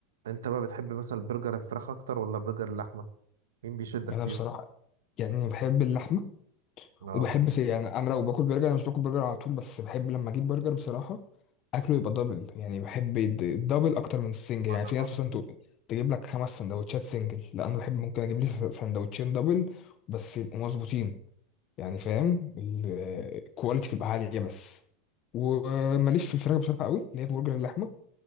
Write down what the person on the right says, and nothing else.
انت بقى بتحب مثلا برجر الفراخ اكتر ولا برجر اللحمه مين بيشدك
فيهم
اه
انا
برضه